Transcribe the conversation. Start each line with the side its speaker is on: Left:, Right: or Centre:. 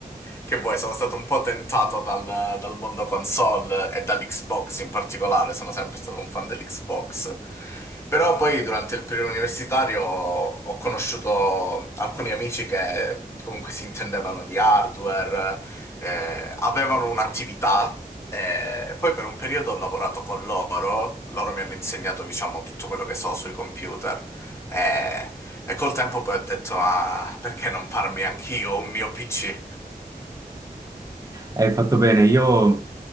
Left: che vuoi, sono stato un po' tentato dal, dal mondo console e dall'Xbox in particolare, sono sempre stato un fan dell'Xbox. Però poi durante il periodo universitario ho conosciuto alcuni amici che comunque si intendevano di hardware, eh, avevano un'attività eh, e poi per un periodo ho lavorato con loro, loro mi hanno insegnato diciamo tutto quello che so sui computer eh, e col tempo poi ho detto ah, perché non farmi anch'io un mio PC?
Right: Hai fatto bene, io,